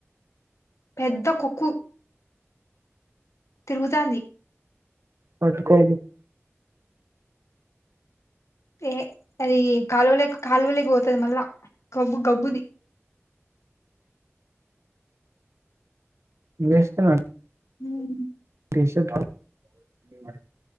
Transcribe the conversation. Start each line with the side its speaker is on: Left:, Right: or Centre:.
Left: పెద్ద కొక్కు తిరుగుతాంది
Right: పట్టుకో
Left: ఏ అది కాలవలోకి కాలువలోకి పో తది మళ్ళా గబ్బు గబ్బుది
Right: ఏమ్ చేస్తున్నావ్
Left: ఉం
Right: టీషర్ట్ <unintelligible>